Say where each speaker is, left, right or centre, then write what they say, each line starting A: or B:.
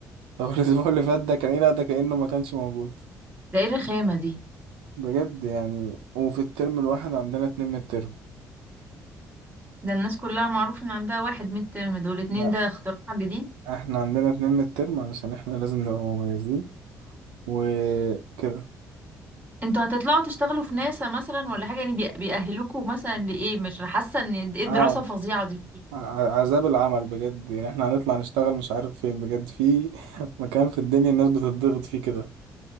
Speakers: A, on the right; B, on the right.
A: طب <laughs> الاسبوع اللي فات ده كان ايه لا ده كانه ما كانش موجود
B: ده ايه الرخامة دي
A: بجد يعني وفي الترم الواحد عندنا اتنين من الترم
B: ده الناس كلها معروف ان عندها واحد ميد ترم دول اتنين
A: لا
B: ده اختراع جديد
A: احنا عندنا اتنين من الترم علشان احنا لازم نبقى مميزين وكده
B: انتوا هتطلعوا تشتغلوا في ناسا مثلا ولا حاجة يعني بي- بيأهلوكوا مثلا لإيه مش حاسة ان ايه الدراسة
A: اه
B: الفظيعة دي
A: ع- عذاب العمل بجد يعني احنا هنطلع نشتغل مش عارف فين بجد في <laughs> مكان في الدنيا الناس بتضغط فيه كده